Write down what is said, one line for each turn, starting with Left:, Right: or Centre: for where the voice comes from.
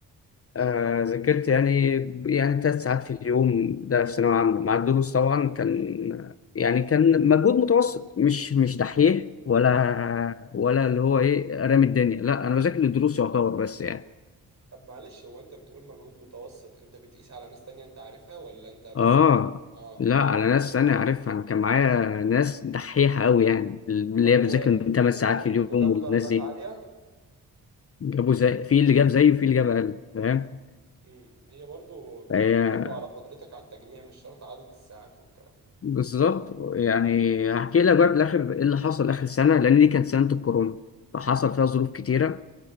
Left: آه ذاكرت يعني يعني ثلاث ساعات في اليوم ده في ثانوية عامة مع الدروس طبعا كان
Right: صعبه
Left: يعني كان مجهود متوسط مش مش دحيح ولا ولا اللي هو ايه رامي الدنيا لا انا بذاكر الدروس يعتبر بس يعني
Right: طب معلش هو انت بتقول مجهود متوسط انت بتقيس على ناس تانية انت عارفها ولا انت بس
Left: اه
Right: بت... اه
Left: لا انا ناس انا عارفها انا كان معايا ناس دحيحة قوي يعني اللي
Right: طب و...
Left: هي بتذاكر من ثمان
Right: وجابوا
Left: ساعات في اليوم
Right: وجابوا
Left: والناس
Right: درجات
Left: دي
Right: عاليه
Left: جابوا زي في اللي جاب زيه وفي اللي جاب اقل فاهم
Right: امم هي برضو بتعتمد
Left: فهي
Right: برضو على قدرتك على التجميع مش شرط عدد الساعات والكلام
Left: بالظبط يعني هحكي لك بقى بالاخر ايه اللي حصل اخر سنه لان دي كانت سنه الكورونا فحصل فيها ظروف كتيره